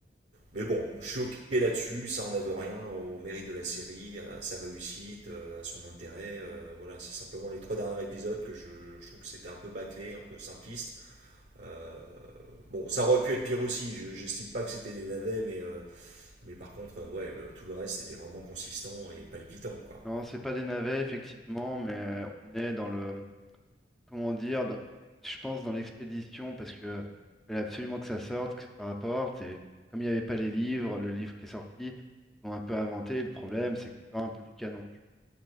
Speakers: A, on the right; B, in the centre.
A: Mais bon, je suis ok là-dessus, ça enlève rien au mérite de la série, à sa réussite, euh, à son intérêt. euh, voilà, c'est simplement les trois derniers épisodes que je, je trouve que c'était un peu bâclé, un peu simpliste. Euh, bon, ça aurait pu être pire aussi, je j'estime pas que c'était des navets, mais, euh, mais par contre, euh, ouais, le- tout le reste c'était vraiment consistant et palpitant, quoi.
B: Non, c'est pas des navets, effectivement, mais euh, on est dans le. comment dire, dans- je pense dans l'expédition, parce que il fallait absolument que ça sorte, que ça rapporte. Et comme il n'y avait pas les livres, le livre qui est sorti, ils ont un peu inventé. Le problème, c'est que ça sort un peu du canon. Je pense